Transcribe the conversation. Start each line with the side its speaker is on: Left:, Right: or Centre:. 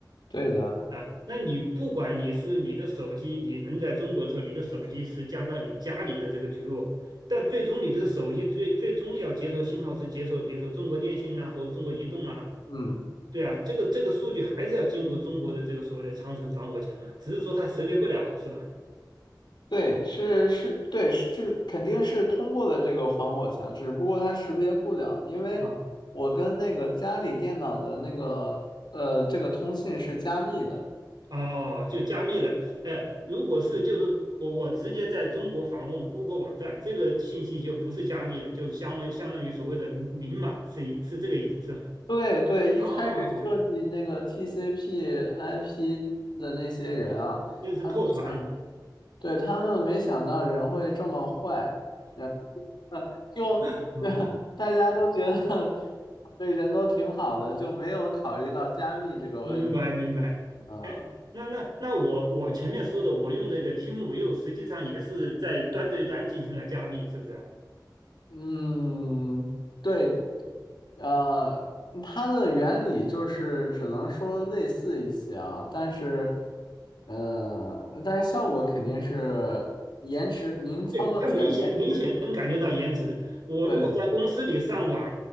Left: 对的，
Right: 啊，那你不管你是你的手机，你能在中国的时候，你的手机是加到你家里的这个局域网，但最终你这个手机最最终要接收信号是接收，比如说中国电信呐、或者中国移动啊，
Left: 嗯，
Right: 对啊，这个这个数据还是要经过中国的这个所谓的长城防火墙啊，只是说它识别不了，是吧？
Left: 对，是是，对，是这肯定是通过了这个防火墙，只不过它识别不了，因为
Right: 啊，
Left: 我跟那个家里电脑的那个呃这个通信是加密的。
Right: 哦，就加密的，哎，如果是就是我我直接在中国访问 Google 网站，这个信息就不是加密的，就是相为相当于所谓的明码，是是这个意思，是吧？
Left: 对对，一开始设计那个
Right: 哦哦
Left: TCP/IP 的那些人啊。
Right: 那是透传，
Left: 他们想。对，他们没想到人会这么坏，然后就
Right: <laughs>
Left: <laughs> 大家都觉得对人都挺好的，就没有考虑到加密这个问题。
Right: 明白明白。
Left: 嗯
Right: 哎，那那那我我前面说的，我用这个 TeamView 实际上也是在端对端进行了加密，是不是啊？
Left: 嗯，对，呃，它的原理就是只能说类似一些啊，但是，呃，但是效果肯定是延迟，您操作起来延迟，
Right: 对，他明显明显能感觉到延迟。我如果在公司里上网，
Left: 对。